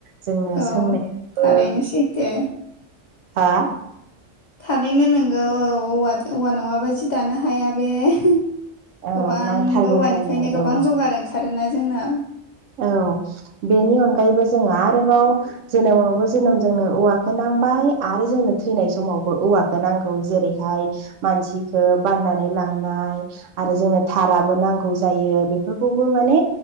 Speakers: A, on the right; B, on the left.
A: जोंनो
B: औ
A: सोंनायबो
B: थारैनो सैथो
A: हा
B: थारैनो नोंगौ औ औ औवा औवा नङाबा जि दानो हाया बे गोबां
A: औ नांथारगौ
B: औवानिफ्रायनो
A: जायो आरो
B: गोबां
A: औ
B: जगार ओंखारोना जोंना।
A: औ बेनि अनगायैबो जोङो आरोबाव जेनेबावबो जोनोम जोंनो औवाखौ नांबाय आरो जोंनो थैनाय समावबो औवा नांगौ जेरैहाय मानसिखौ बाननानै लांनाय आरो जोंनो थाराबो नांगौ जायो बेफोरखौबो माने